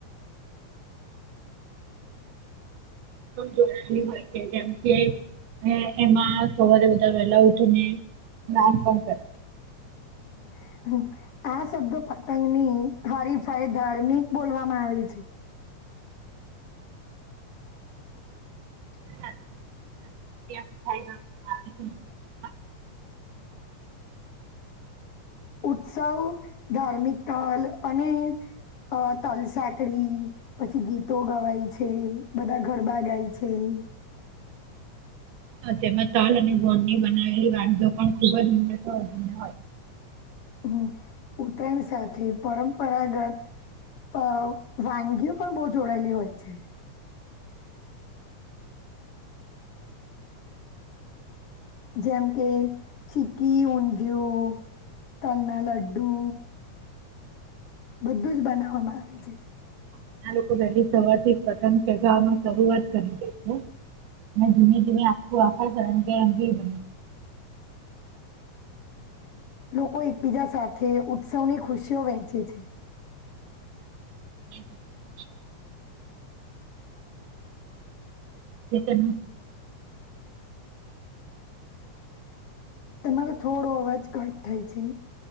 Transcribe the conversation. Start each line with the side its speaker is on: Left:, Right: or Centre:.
Left: <inaudible>
Right: જોડેલી હોય છે જેમ કે અને એમાં સવારે બધા વેલા ઉઠીને સ્નાન પણ કરે
Left: હમ હુ આ શબ્દો પતંગની હરીફાઈ ધાર્મિક બોલવામાં આવે છે <inaudible>
Right: <inaudible>
Left: ઉત્સવ ધાર્મિક સ્થલ અને અ તલસાકડી પછી ગીતો ગવાય છે બધા ગરબા ગાય છે હમ
Right: હશે તેમાં તાલ અને ગોળની બનાવેલી વાનગી પણ ખુબ જ ઉ હોય
Left: હમ ઉતરાયણ સાથે પરંપરાગત અ વાનગીઓ પણ બહુ જોડાયેલી હોય છે જેમ કે ચીકી ઊંધયું તલના લડ્ડુ બધું જ બનાવવામાં આવે છે
Right: ઘણા લોકો વહેલી સવાર થી જ પતંગ ચગાવા શરૂઆત કરી દે છે અને ધીમે ધીમે આખું આખર કરને બે બ
Left: <inaudible> લોકો એકબીજા સાથે ઉત્સવની ખુશીઓ વહેંચે છે
Right: <inaudible> ખુબજ છે
Left: તમારો થોડો અવાજ ઘટ થાય છે